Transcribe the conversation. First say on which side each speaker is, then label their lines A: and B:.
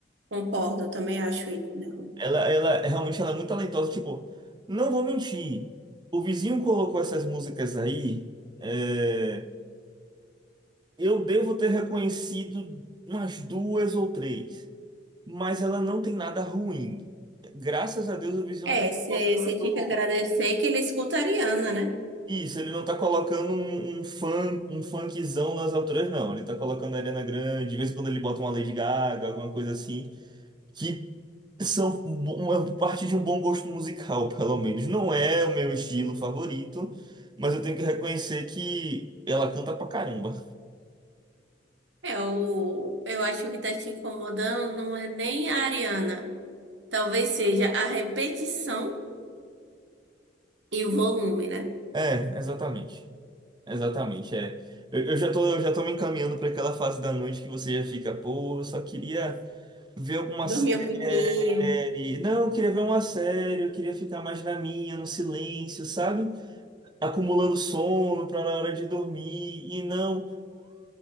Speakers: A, on the right; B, on the right.
A: Concordo, eu também acho isso. Débora.
B: Ela, ela realmente ela é muito talentosa. Tipo, não vou mentir. O vizinho colocou essas músicas aí. é, eu devo ter reconhecido umas duas ou três. Mas ela não tem nada ruim. Graças a Deus o vizinho
A: É,
B: não tá
A: você
B: colocando.
A: você tinha que agradecer que ele escuta a Ariana, né?
B: Isso, ele não tá colocando um, um funk, um funkzão nas alturas, não. Ele tá colocando a Ariana Grande, de vez em quando ele bota uma Lady Gaga, alguma coisa assim, que são uma parte de um bom gosto musical, <laughs> pelo menos. Não é o meu estilo favorito, mas eu tenho que reconhecer que ela canta pra caramba.
A: É, o, eu acho que tá te incomodando não é nem a Ariana. Talvez seja a repetição e o volume, né?
B: É, exatamente. Exatamente, é. Eu, eu já tô, eu já tô me encaminhando pra aquela fase da noite que você já fica, pô, eu só queria. Ver alguma
A: Dormir
B: série.
A: um pouquinho.
B: Não, eu queria ver uma série, eu queria ficar mais na minha, no silêncio, sabe? Acumulando sono pra na hora de dormir e não.